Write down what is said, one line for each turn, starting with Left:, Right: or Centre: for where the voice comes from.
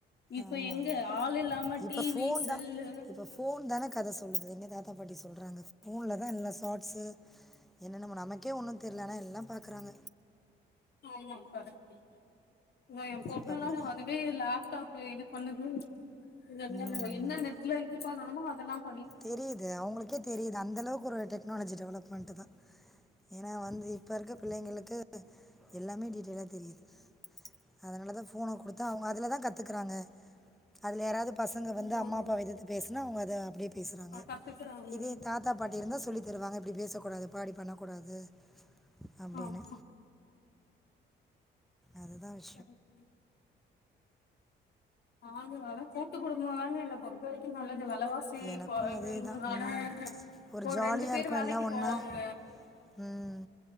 Left: இப்ப
Centre: ஆமாம்
Left: எங்க ஆள் இல்லாம
Centre: இப்போ
Left: டி
Centre: ஃபோன்
Left: வி செல்லு
Centre: தான் இப்போ ஃபோன் தான கத சொல்லுது எங்க தாத்தா பாட்டி சொல்றாங்க ஃபோன்ல்லதா எல்லா ஷாட்ஸு என்னென்னமோ நமக்கே ஒன்னு தெர்ல ஆனா எல்லாம் பாக்குறாங்க.
Left: ஆமா கரெக்ட்டு தா எம் பொண்ணுல்லா
Centre: இப்போ அப்படி தான்
Left: வது இப்யே இ லேப்டாப்பு இது பண்ணுது இதெல்லாமே
Centre: ம்.
Left: வை என்ன நெட்ல இது பண்ணணுமோ அதெல்லாம்
Centre: தெரிது அவுங்குளுக்கே தெரிது அந்த அளவுக்கு ஒரு டெக்னாலஜி டெவலெப்மெண்ட்டு தா. ஏனா வந்து இப்ப இருக்க பிள்ளைங்களுக்கு எல்லாமே டீட்டெய்லா தெரிது. அதனால தா ஃபோன குடுத்தா அவுங்க அதுல தா கத்துக்கறாங்க அதுல யாராதுப் பசங்க
Left: இருக்கு
Centre: வந்து அம்மா அப்பாவ எதித்து பேசினா அவுங்க அத அப்டியே பேசுறாங்க.
Left: கத்துக்குறாங்க
Centre: இதே தா தாத்தா பாட்டி இருந்தா சொல்லி தருவாங்க இப்பிடி பேசக்கூடாதுப்பா அப்டி பண்ணக்கூடாது. அப்படின்னு
Left: ஆம் ஹ.
Centre: அதுதா விஷ்
Left: கரெக்ட்டு. ஆ அதனால கூட்டு குடும்பந்தாங்க என்ன பொறுத்த வரைக்கு நல்லது வெலவா சி
Centre: எனக்கும்
Left: கொறயுங்கற்னால
Centre: அதே தான் ம். ஒரு
Left: ஒர்
Centre: ஜாலியாக
Left: ரெண்டு பேர்
Centre: இருக்கும்
Left: வேலைக்கு
Centre: எல்லாம் ஒன்றா
Left: போவாங்க.
Centre: ம்